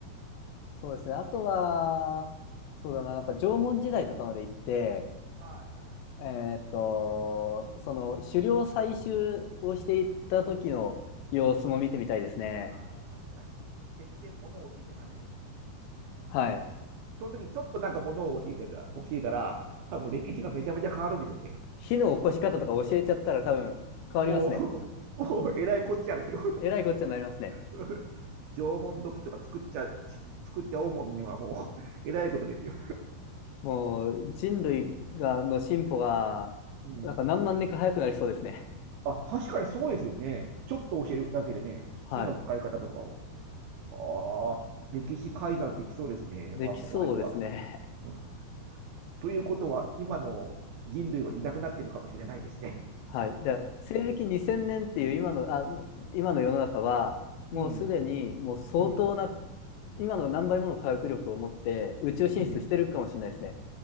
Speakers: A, on the left; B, on the right.
A: そうですね。あとは、そうだな、なんか縄文時代とかまで行って、
B: はいはいはい。
A: えーっと、その狩猟採集をしていった時の様子も見てみたいですね。
B: はい。ああ、確かに。決して物を教えちゃダメですよ、その時に。
A: はい。
B: その時にちょっとなんか物を教えてた、教えたら、多分歴史がめちゃめちゃ変わるんでしょうね。
A: 火の起こし方とか教えちゃったら多分変わりますね。
B: もう、<laughs> もうえらいこっちゃですよ。
A: えらいこっちゃになりますね。
B: <laughs> 縄文土器とか作っちゃ、作っちゃおうもんにはもう、えらいことですよ。
A: もう人類が、の進歩が、
B: うん
A: なんか何万年か早くなりそうですね。
B: あ、確かにそうですよね。ちょっと教えるだけでね、火の使い方とかを。
A: はい。
B: ああ、歴史改ざんできそうですね。
A: できそうですね。
B: わ、怖い怖い。<laughs> うんということは、今の人類はいなくなってるかもしれないですね。
A: <laughs> はい。で、西暦2000年っていう今の、あ、今の世の中は、もうすでにもう相当な、
B: うん、うん、
A: 今の何倍もの科学力を持って宇宙進出してるかもしれないですね。
B: うん、